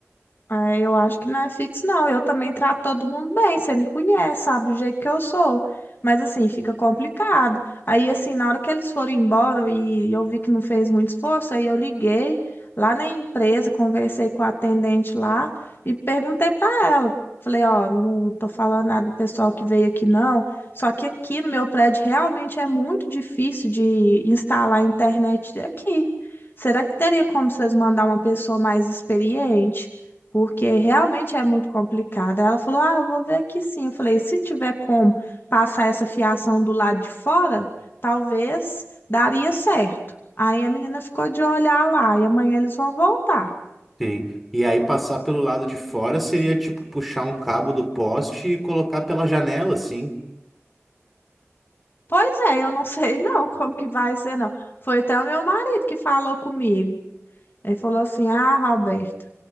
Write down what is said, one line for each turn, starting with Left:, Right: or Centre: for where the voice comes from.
Left: É, eu acho que não é fixo, não. Eu também trato todo mundo bem, você me conhece, sabe do jeito que eu sou. Mas assim, fica complicado. Aí, assim, na hora que eles foram embora e eu vi que não fez muito esforço, aí eu liguei lá na empresa, conversei com a atendente lá e perguntei para ela. Falei, ó, não tô falando nada do pessoal que veio aqui, não. Só que aqui no meu prédio realmente é muito difícil de instalar a internet aqui. Será que teria como vocês mandar uma pessoa mais experiente? porque realmente é muito complicada Ela falou: Ah, eu vou ver aqui sim. Eu falei: Se tiver como passar essa fiação do lado de fora, talvez daria certo. Aí a menina ficou de olhar lá e amanhã eles vão voltar.
Centre: Sim. E aí passar pelo lado de fora seria tipo puxar um cabo do poste e colocar pela janela, assim.
Left: Pois é, eu não <laughs> sei não como que vai ser, não. Foi até o meu marido que falou comigo. Ele falou assim: Ah, Roberto.